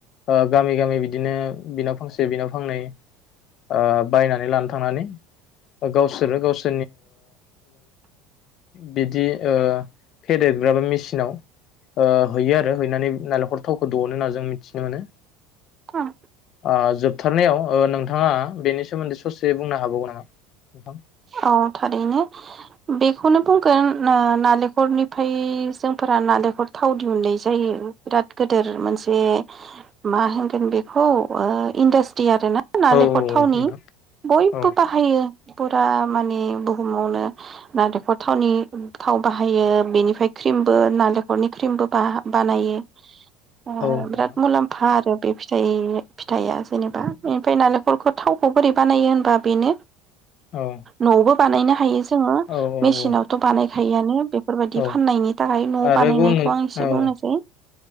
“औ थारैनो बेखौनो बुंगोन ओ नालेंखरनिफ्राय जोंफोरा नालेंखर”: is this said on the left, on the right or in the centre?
Right